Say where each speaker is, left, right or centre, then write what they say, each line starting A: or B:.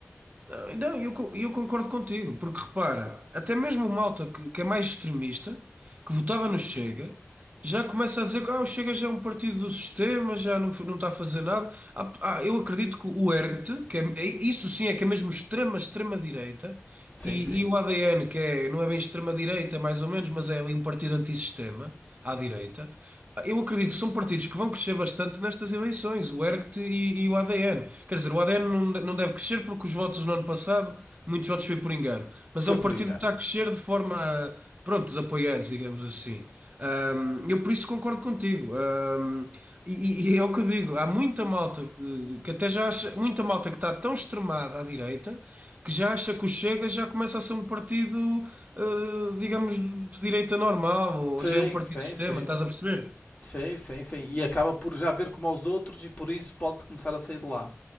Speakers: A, on the right; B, on the left.
A: Ah, Não, eu, co- eu concordo contigo, porque repara, até mesmo o malta que, que é mais extremista, que votava no Chega, já começa a dizer que ah, o Chega já é um partido do sistema, já não, f- não está a fazer nada. Ah, ah, eu acredito que o ERGT, que é, é- isso sim é que é mesmo extrema, extrema-direita,
B: Sim,
A: e,
B: sim.
A: e o ADN, que é, não é bem extrema-direita, mais ou menos, mas é ali um partido antissistema, à direita. Ah, Eu acredito que são partidos que vão crescer bastante nestas eleições, o ERGT e, e o ADN. Quer dizer, o ADN não, de- não deve crescer porque os votos no ano passado, muitos votos foi por engano, mas
B: Foi
A: é um
B: por
A: partido
B: engano.
A: que está a crescer de forma, pronto, de apoiantes, digamos assim. Ahm, eu por isso concordo contigo. Ahm, e, e é o que eu digo, há muita malta eh, que até já acha, muita malta que está tão extremada à direita que já acha que o Chega já começa a ser um partido, eh, digamos, de direita normal, ou
B: Sim,
A: já é um partido
B: sim,
A: de sistema,
B: sim.
A: estás a perceber?
B: Sim, sim, sim. E acaba por já ver como aos outros e por isso pode começar a sair de lá.